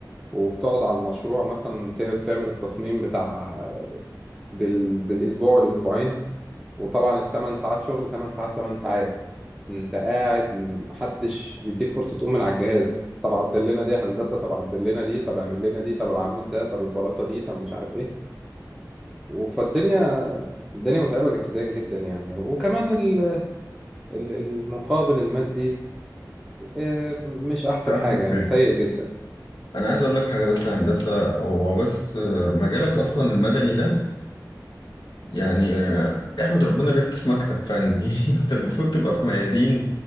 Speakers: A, in the centre; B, on the left.
A: وبتقعد على المشروع مثلا بت- بتعمل التصميم بتاع بال... بالاسبوع والاسبوعين وطبعا الثمان ساعات شغل 8 ساعات 8 ساعات انت قاعد محدش بيديك فرصه تقوم من على الجهاز طب عدل لنا دي يا هندسه طب عدل لنا دي طب اعمل لنا دي طب العمود ده طب البلاطه دي طب مش عارف ايه فالدنيا الدنيا متعبه جسديا جدا يعني وكمان ال... ال- المقابل المادي إيه، مش أحسن
B: ده
A: حاجة
B: أحسن
A: يعني
B: حاجة
A: سيء جدا
B: أنا عايز أقول لك حاجة بس يا هندسة هو بس آه، مجالك أصلا المدني ده يعني آه، احمد ربنا إن أنت في مكتب فني <laughs> أنت المفروض تبقى في ميادين